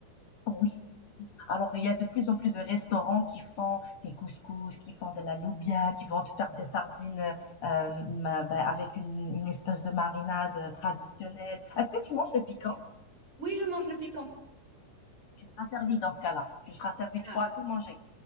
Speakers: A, on the left; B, on the right.
A: Oui. Alors, il y a de plus en plus de restaurants qui font des couscous, qui font de la loubia, qui vont te faire des sardines euh, ma- ben, avec une, une espèce de marinade euh, traditionnelle. Est-ce que tu manges le piquant?
B: Oui, je mange le piquant.
A: Tu seras servi dans ce cas-là. Tu seras servi, tu
B: Ah,
A: pourras tout manger.